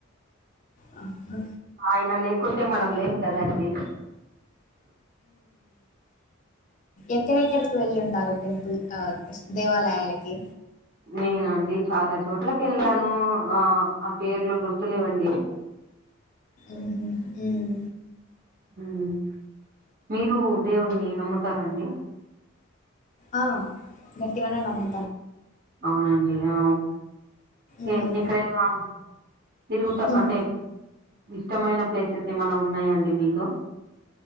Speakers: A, on the left; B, on the right.
A: అ
B: ఆయన లేకుంటే మనం లేమ్ కదండి
A: ఎక్కరేక్కర్కి వెళ్ళుంటారు టెంపుల్ ఆ దేవాలయాలకి
B: నేనాండి చాలా చోట్లకేళ్ళాను ఆ ఆ పేర్లు గుర్తులేవండి
A: ఉహు ఉమ్
B: ఉమ్ మీరు దేవున్ని నమ్ముతారాఅండి
A: ఆ గట్టిగానే నమ్ము
B: ఔనండి ఔవ్
A: ఉమ్
B: ఏ ఎక్కడైనా తిరుగుతా
A: హ్మ్.
B: అంటేబ్ ఇష్టమైన ప్లేసెస్ ఏమైనా ఉన్నయాండి మీకు